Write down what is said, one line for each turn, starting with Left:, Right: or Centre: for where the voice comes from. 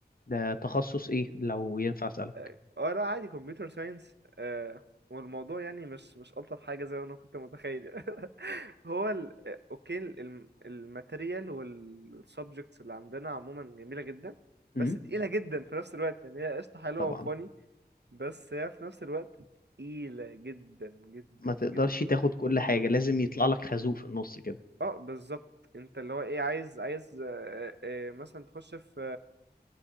Left: ده تخصص ايه لو ينفع اسألك
Right: اه آه، لا عادي كمبيوتر ساينس آه، والموضوع يعني مش مش ألطف حاجة زي ما أنا كنت متخيل <laughs> هو ال... آه، أوكي ال- الماتيريال والسبجكتس اللي عندنا عموما جميلة جدا
Left: امم
Right: بس تقيلة جدا في نفس الوقت يعني هي قشطة حلوة
Left: طبعا
Right: وفاني بس هي في نفس الوقت تقيلة جدا جدا
Left: ما تقدرش
Right: جدا
Left: تاخد كل حاجة لازم يطلع لك خازوق في النص كده
Right: اه بالظبط انت اللي هو ايه عايز عايز آه، آه، مثلا تخش في